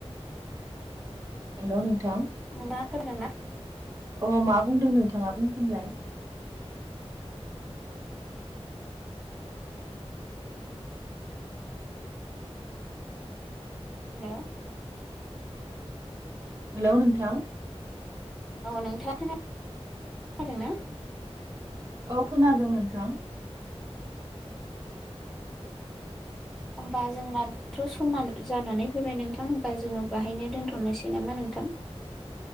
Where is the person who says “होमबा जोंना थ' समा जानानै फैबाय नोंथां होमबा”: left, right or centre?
Centre